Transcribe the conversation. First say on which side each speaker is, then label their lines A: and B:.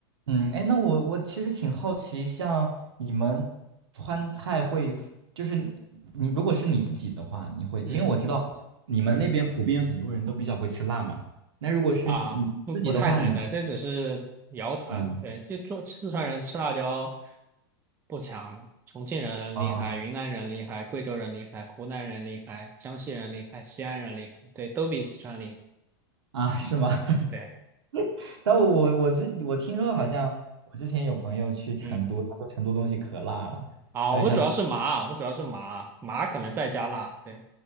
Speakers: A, on the right (about 85°); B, on the right (about 15°).
A: 嗯，哎，那我我其实挺好奇，像你们川菜会，就是你你如果是你自己的话，你会，
B: 嗯。
A: 因为我知道你们那边普遍很多人都比较会吃辣嘛。那如果是你自己的话，
B: 啊，不不太难的，
A: 你
B: 这只是谣传。
A: 嗯
B: 对，就做四川人吃辣椒不强的，重庆人厉害，
A: 啊
B: 云南人厉害，贵州人厉害，湖南人厉害，江西人厉害，西安人厉害，对，都比四川厉害。
A: 啊是吗？<laughs>
B: 对，
A: 但我我这我听说好像我之前有朋友去成都，
B: 嗯，
A: 他说成都东西可辣了，
B: 啊，
A: 还有像
B: 我们主要是麻啊，我们主要是麻，麻可能再加辣，对，